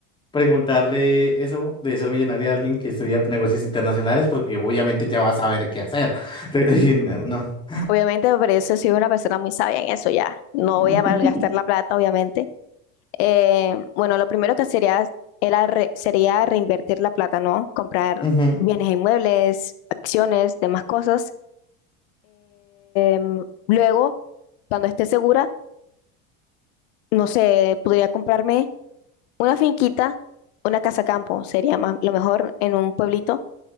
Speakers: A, on the left; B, on the left.
A: preguntarle eso de ser millonaria a alguien que estudia negocios internacionales, porque obviamente ya va a saber qué hacer. <laughs> Pero, y no, no.
B: Obviamente, por eso soy una persona muy sabia en eso ya. No
A: <laughs>
B: voy a malgastar la plata, obviamente Eh, bueno, lo primero que sería, era re- sería reinvertir la plata, ¿no? Comprar
A: Ujú.
B: bienes e inmuebles, acciones, demás cosas. Em, luego, cuando esté segura, no sé, podría comprarme una finquita, una casa campo, sería más, lo mejor en un pueblito,